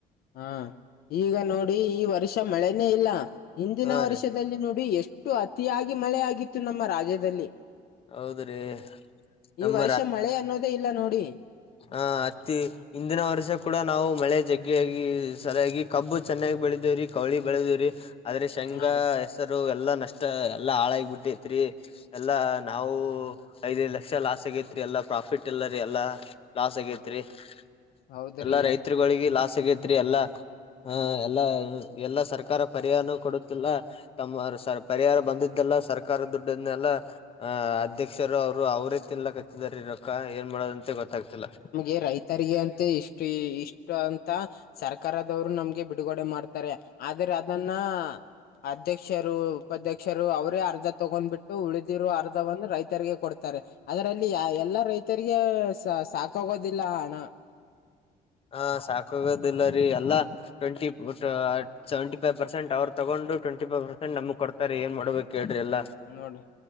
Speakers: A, on the left (about 65°); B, on the left (about 35°).
A: ಹಾ ಈಗ ನೋಡಿ ಈ ವರ್ಷ ಮಳೆನೇ ಇಲ್ಲ ಹಿಂದಿನ
B: ಹಾ
A: ವರ್ಷದಲ್ಲಿ
B: ರೀ
A: ನೋಡಿ ಎಷ್ಟು ಅಷ್ಟು ಅತಿಯಾಗಿ ಮಳೆ ಆಗಿತ್ತು ನಮ್ಮ ರಾಜ್ಯದಲ್ಲಿ.
B: ಹೌದ್ರಿ ನಮ್ಮ
A: ಈ ವರ್ಷ ಮಳೆ ಅನ್ನೋದೇ ಇಲ್ಲ ನೋಡಿ
B: ಹಾ ಹತ್ತ <inaudible> ಹಿಂದಿನ ವರ್ಷ ಕೂಡ ನಾವು ಮಳೆ ಜಗ್ಗೆಯಾಗಿ ಸರಿಯಾಗಿ ಕಬ್ಬು ಚೆನ್ನಾಗಿ ಬೆಳದೇವ್ರರಿ ಕೌಳಿ ಬೆಳೆದವ್ರರಿ. ಆದ್ರರೆ ಶಂಗಾ
A: ಹಾ ರೀ
B: ಹೆಸರು ಎಲ್ಲ ನಷ್ಟ ಎಲ್ಲ ಹಾಳಾಗಿಬಿಟ್ಟೆತ್ರಿ ಎಲ್ಲ ನಾವು ಐದೈದ ಲಕ್ಷ ಲಾಸ್ ಆಗೇತ್ ಎಲ್ಲಾ ಪ್ರಾಫಿಟ್ ಎಲ್ಲ ರೀ ಎಲ್ಲಾ ಲಾಸ್ ಆಗೇತ್ರಿ ತ್ರೆ
A: ಹೌದ್ರಿ
B: <inaudible> ಎಲ್ಲಾ ರೈತರುಗಳಿಗೆ ಲಾಸ್ ಆಗೈತ್ರಿ ಎಲ್ಲಾ ಹ ಎಲ್ಲ ಎಲ್ಲ ಸರ್ಕಾರ ಪರಿಹಾರನೂ ಕೊಡಗಿಲ್ಲ ತಮ್ಮ ಸ ಪರಿಹಾರ ಬಂದಿದ್ದಲ್ಲ ಸರ್ಕಾರ ದುಡ್ಡನ್ನೆಲ್ಲ ಅ ಅಧ್ಯಕ್ಷರು ಅವ್ರು ಅವ್ರೇ ತಿಲ್ಲಕತ್ತಿದಿದ್ದಾರೆ ರೊಕ್ಕ ಏನ್ ಮಾಡೋದಂತೆ ಗೊತ್ತಾಗ್ತಿಲ್ಲ
A: ಎ ರೈತರಿಗೆ ಅಂತೆ ಇಷ್ಟು ಇಷ್ಟು ಅಂತಾ ಸರ್ಕಾರದವ್ರು ನಮ್ಗೆ ಬಿಡುಗಡೆ ಮಾಡ್ತಾರೆ ಆದ್ರೆ ಅದನ್ನ ಅಧ್ಯಕ್ಷರು ಉಪಾಧ್ಯಕ್ಷರು ಅವರೇ ಅರ್ಧ ತಗೊಂಡ್ಬಿಟ್ಟು ಉಳಿದಿರುವೋ ಅರ್ಧವನ್ನು ರೈತರಿಗೆ ಕೊಡ್ತಾರೆ ಅದರಲ್ಲಿ ಎಲ್ಲಾ ರೈತರಿಗೆ ಸಾಕಾಗೋದಿಲ್ಲ ಹಣ
B: ಹಾ ಸಾಕೋಗುದಿಲ್ಲರಿ ಯಲ್ಲಾ
A: ಹ್ಮ್
B: ಟ್ವೆಂಟಿ ಓಟ ಸೆವೆಂಟಿ ಫೈವ ಪರ್ಸೆಂಟ್ ಅವರು ತಗೊಂಡ ಟ್ಂಟಿ ಫೈವ ಪರ್ಸೆಂಟ್ನ ನಮಗ ಕೊಡ್ತಾರೆ ಏನ್ ಮಾಡಬೇಕ ಹೇಳ್ರಿ ಎಲ್ಲ
A: ನೋಡು